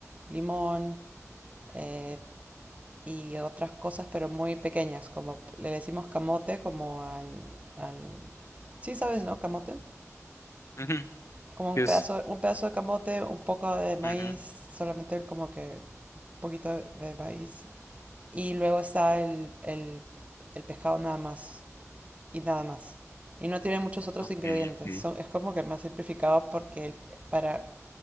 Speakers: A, on the right; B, on the left.
A: limón eh, y otras cosas, pero muy pequeñas, como le decimos camote, como al, al... Sí, sabes, ¿no? Camote.
B: Ujú,
A: Como
B: ¿Qué
A: un pedazo,
B: es?
A: un pedazo de camote, un poco de maíz,
B: Ujú,
A: solamente como que un poquito de, de maíz. Y luego está el, el, el pescado nada más. Y nada más. Y no tiene muchos otros
B: Ok,
A: ingredientes.
B: ok,
A: Son, es como que más simplificado porque el- para,